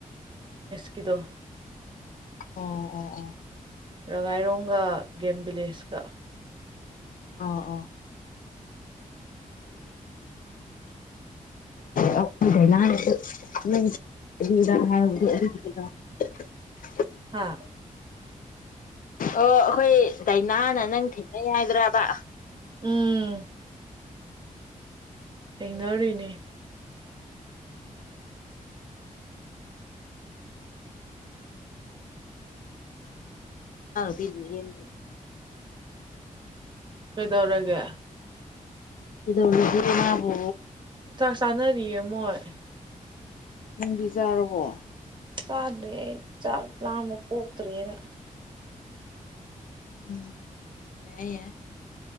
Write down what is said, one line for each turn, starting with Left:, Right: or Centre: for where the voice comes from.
Right: ꯀꯗꯣ
Left: ꯑꯣ ꯑꯣ ꯑꯣ
Right: ꯔꯒꯥꯏꯔꯣꯡꯒ ꯒꯦꯝ ꯚꯕꯤꯂꯦꯁꯀ
Left: ꯑꯣ ꯑꯣ ꯏꯗ ꯂꯗ ꯍꯥꯏ
Right: ꯍꯥꯥ
Left: ꯑꯣ ꯑꯩꯈꯣꯏ ꯗꯥꯏꯅꯥꯅ ꯅꯪ ꯊꯦꯡꯅꯩ ꯍꯥꯏꯗ꯭ꯔꯕ
Right: ꯎꯝ ꯊꯦꯡꯅꯔꯤꯅꯦ
Left: ꯄꯤꯂꯨꯗꯤ
Right: ꯀꯩꯗꯧꯔꯒꯦ
Left: ꯏꯣꯅꯕ
Right: ꯆꯥꯛ ꯆꯥꯅꯔꯤꯌꯦ ꯃꯣꯏ
Left: ꯌꯦꯪꯕꯤꯖꯥꯔꯕꯣ
Right: ꯆꯥꯗ꯭ꯔꯦ ꯑꯩ ꯆꯥꯛ ꯂꯥꯃ ꯄꯣꯛꯇ꯭ꯔꯔꯤꯦꯅ
Left: ꯎꯝ ꯌꯥꯏ ꯌꯥ